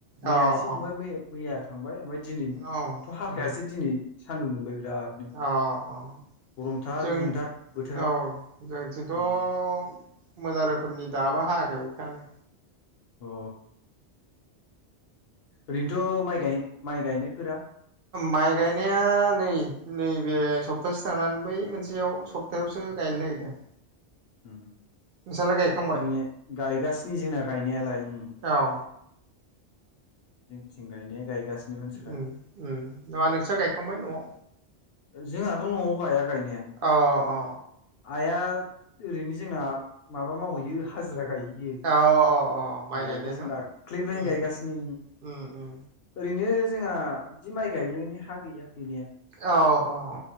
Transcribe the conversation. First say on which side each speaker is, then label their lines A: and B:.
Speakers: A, on the left; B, on the right.
A: मैया
B: अ
A: एसे
B: अ
A: दुंबाय मैया थांबाय ओमफ्राय दिनै थ'
B: औ
A: हाखायासै
B: उम
A: दिनै सान्दुं दुंबाय बिरादनो
B: अ अ
A: गरमथार
B: जों
A: गुदुंथार बोथोरा
B: औ जोंनिथिंथ'
A: उम
B: मोजां रोखोमनि दाबो हायाखै अखायानो
A: अ ओरैनोथ' माइ गाय माइ गायनायफोरा
B: माइ गायनाया नै-नैबे सप्तासे थांनानै बै मोनसेयाव सप्थायायावसो गायनो नागिरदों
A: उ
B: नोंस्रालाय गायखांबाय
A: जोंनिया गायगासिनो जोंना गायनायालाय
B: औ
A: जोंथिं गायनाया गायगासिनो मानसिफ्रा
B: उ ओं नोंस्रा गायखांबाय न'आव
A: जोंहाथ' न'आव गाया गायनाया
B: अ अ
A: आइया ओरैनो जोंना माबा मावहैयो हाजिरा गायो
B: अ अ अ माइ
A: गायगासिनो
B: गायनाय न
A: दाख्लैनिफय
B: उम
A: गायगासिनो
B: उम उम
A: ओरैनो जोंहा बिदि माइ गायलायनाय हा गैया गैनाया
B: औ औ